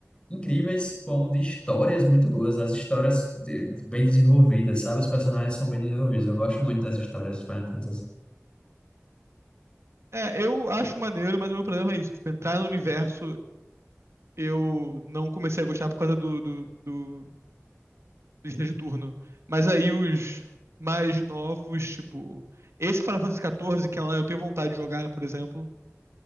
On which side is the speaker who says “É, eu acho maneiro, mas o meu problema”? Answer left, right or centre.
Right